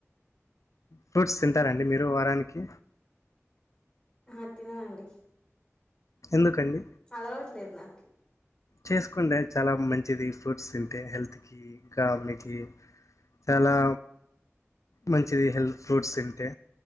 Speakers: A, on the left; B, on the left.
A: ఫ్రూట్స్ తింటారండి మీరు వారానికి
B: అహ తిననండి
A: ఎందుకండి
B: అలవాట్లేద్ నాకి
A: చేసుకోండే చాలా మంచిది ఫ్రూట్స్ తింటే హెల్త్కి ఇంకా మీకి చాలా మంచిది హెల్త్ ఫ్రూట్స్ తింటే